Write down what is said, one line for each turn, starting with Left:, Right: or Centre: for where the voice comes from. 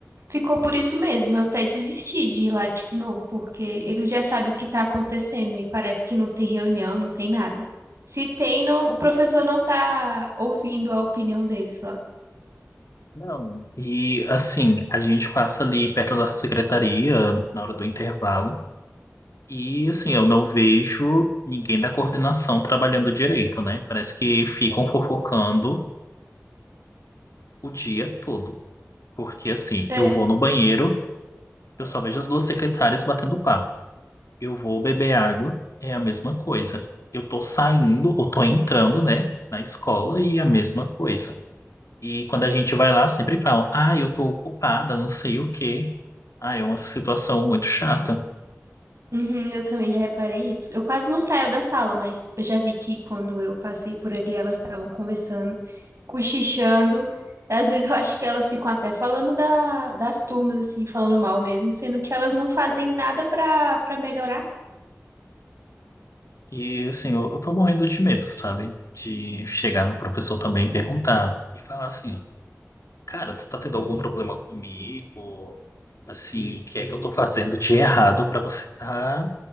Right: Ficou por isso mesmo. Eu até desisti de ir lá de novo, porque eles já sabem o que está acontecendo e parece que não tem reunião, não tem nada. Se tem, não, o professor não tá ouvindo a opinião deles lá.
Left: Não. E assim, a gente passa ali perto da secretaria na hora do intervalo. E assim, eu não vejo ninguém da coordenação trabalhando direito, né? Parece que ficam fofocando o dia todo. Porque assim,
Right: É,
Left: eu vou no banheiro, eu só vejo as duas secretárias batendo papo. Eu vou beber água, é a mesma coisa. Eu tô saindo ou tô entrando, né, na escola e é a mesma coisa. E quando a gente vai lá, sempre falam: "Ah, eu tô ocupada, não sei o quê". Ah, é uma situação muito chata.
Right: uhum, eu também já reparei isso. Eu quase não saio da sala, mas eu já vi que quando eu passei por ali, elas estavam conversando, cochichando. Às vezes eu acho que elas ficam até falando da, das turmas, assim, falando mal mesmo, sendo que elas não fazem nada pra, pra melhorar.
Left: E assim, eu, eu tô morrendo de medo, sabe? De chegar no professor também e perguntar e falar assim, cara, tu tá tendo algum problema comigo? Assim, o que é que eu tô fazendo de errado pra você tá